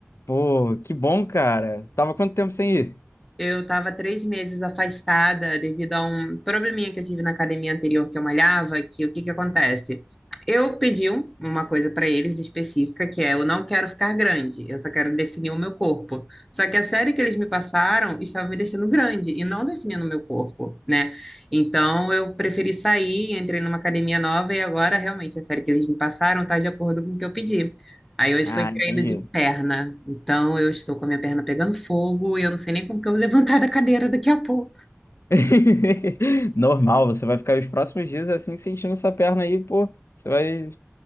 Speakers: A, on the left; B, in the centre.
A: Pô, que bom, cara. Tava quanto tempo sem ir?
B: Eu estava três meses afastada devido a um probleminha que eu tive na academia anterior que eu malhava, que o que que acontece? Eu pedi um- uma coisa para eles específica, que é eu não quero ficar grande, eu só quero definir o meu corpo. Só que a série que eles me passaram estava me deixando grande e não definindo o meu corpo, né? Então eu preferi sair, entrei numa academia nova e agora realmente a série que eles me passaram está de acordo com o que eu pedi. Aí hoje
A: Ah,
B: foi treino
A: entendi.
B: de perna. Então eu estou com a minha perna pegando fogo e eu não sei nem como que eu vou <laughs> levantar da cadeira daqui a pouco.
A: <laughs> Normal, você vai ficar os próximos dias assim sentindo essa perna aí, pô. Você vai